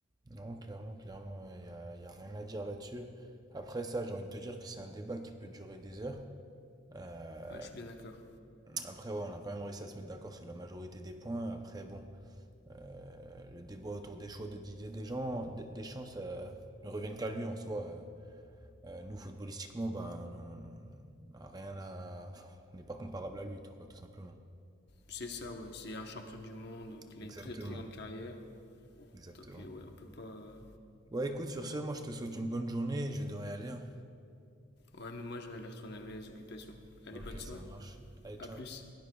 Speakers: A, on the right (about 20°); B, on the left (about 50°).
A: non, clairement, clairement, il n'y a, y a rien à dire là-dessus. Après ça, j'ai envie de te dire que c'est un débat qui peut durer des heures. Euh,
B: Ouais, je suis bien d'accord.
A: après, ouais, on a quand même réussi à se mettre d'accord sur la majorité des points. Après, bon, euh, le débat autour des choix de Didier Deschamps, D- Deschamps, ça ne revient qu'à lui en soi. Euh, euh, nous, footballistiquement, ben, on on a rien à... <laughs> on n'est pas comparable à lui, tout, quoi, tout simplement.
B: C'est ça, ouais. C'est un champion du monde, donc il
A: Exactement.
B: a une très très grande carrière.
A: Exactement.
B: Donc euh, ouais, on peut pas.
A: Ouais, écoute, sur ce, moi je te souhaite une bonne journée. et Je vais devoir y aller. hein.
B: Ouais, mais moi je vais aller retourner à mes occupations. Allez,
A: Ok,
B: bonne soirée.
A: ça marche. Allez,
B: À
A: ciao.
B: plus.